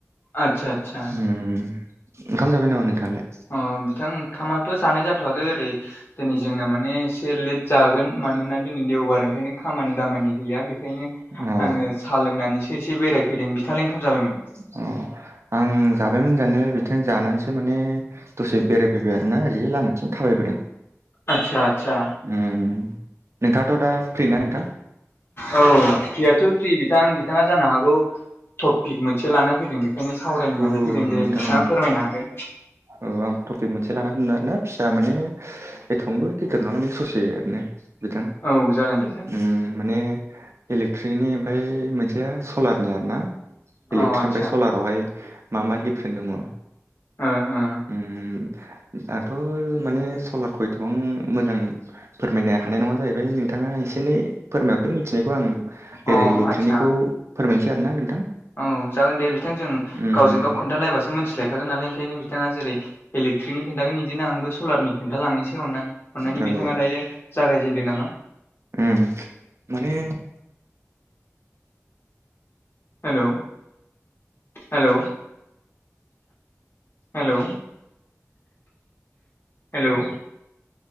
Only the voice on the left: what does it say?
आदसा आदसा
अ बिथां ओंखामाथ' जानाय जाथ'वाखै ओरै दिनै जोंना माने एसे लेट जागोन मानोना जोंनि देवबार ओंखायनो खामानि दामानि गैया बेखायनो
आङो‌ साहा लोंनानैसो एसे बेरायफैदों बिथांलाइ ओंखाम जाबायमोन?
आतसा आतसा
औ फ्रियाथ' फ्रि बिथां बिथाङा जानो हागौ टपिक मोनसे लाना फैदों बेखायनो सावरायनानै
फैदों दे
बिथाङा फोरमायनो हागोन।
औ जागोन दे जागोन
अ आदसा
ओ ओ
अ
आदसा
औ जागोन दे बिथां जों
गावजों गाव खोन्थालायबासो मिथिलायखागोन नालाय ओंखायनो बिथाङा जेरै इलेकट्रिकनि खिनथागोन इदिनो आंबो सलारनि खिनथा लांनोसै अनानै। अन्नानै
बिथाङा दायो जागायजेनदो नामा।
hello hello hello hello